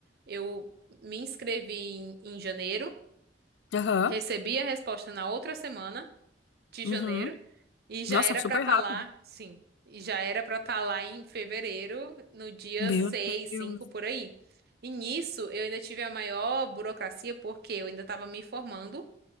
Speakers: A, on the right; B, on the left.
A: eu me inscrevi em, em janeiro,
B: Aham.
A: recebi a resposta na outra semana de
B: Uhum.
A: janeiro e já
B: Nossa,
A: era
B: super
A: pra estar
B: rápido.
A: lá, sim, e já era pra estar lá em fevereiro, no dia
B: Meu
A: seis
B: Deus.
A: cinco por aí. E nisso eu ainda tive a maior burocracia porque eu ainda estava me formando.